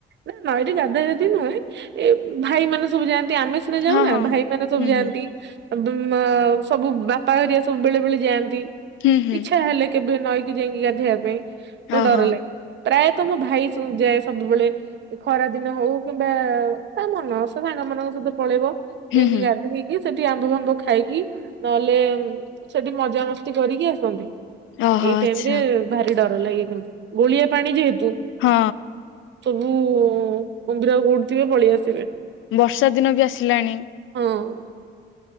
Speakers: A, on the right; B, on the left.
A: ନା ନା ଏଠି ଗାଧା ଗାଧି ନୁହେଁ। ଏ ଭାଇ ମାନେ ସବୁ ଯାଆ ନ୍ତି, ଆମେ ସିନା ଯାଉନା
B: ହଁ ହଁ।
A: ଭାଇମାନେ ସବୁ
B: ହୁଁ
A: ଯାଆନ୍ତି।
B: ହୁଁ
A: ଉ ବୁ ଅ ସବୁ ବାପା ହେରିଆ ସବୁ ବେଳେ ବେଳେ ଯାଆନ୍ତି
B: ହୁଁ ହୁଁ
A: ଇଛା ହେଲେ। କେବେ ନଈକି ଯାଇକି ଗାଧେଇବା ପାଇଁ ତ
B: ଓହୋ
A: ଡର ଲାଗେ। ପ୍ରାୟତ ମୋ ଭାଇ ସ ଯାଏ ସବୁବେଳେ ।ଖରା ଦିନ ହଉ କିମ୍ବା ତା ମନ ସେ ସାଙ୍ଗ ମାନଙ୍କ ସହିତ ପଳେଇବ,
B: ହୁଁ
A: ଯାଇଙ୍କି
B: ହୁଁ
A: ଗାଧେଇକି ସେଠି ଆମ୍ବ ଫାମ୍ବ ଖାଇକି, ନହେଲେ ସେଠି ମଜାମସ୍ତି କରିକି ଆସ ସନ୍ତି,
B: ଓହୋ
A: ଏଇ ଟାଇମ୍ରେ
B: ଆଚ୍ଛା।
A: ଭାରି ଡର ଲାଗେ କିନ୍ତୁ, ଗୋଳିଆ ପାଣି ଯେହେତୁ
B: ହଁ।
A: ଉଁ କୁମ୍ଭୀର କୋଉଠିଥିବେ ପଳେଇ ଆସିବେ।
B: ବର୍ଷା ଦିନ ବି ଆସିଲାଣି।
A: ହଁ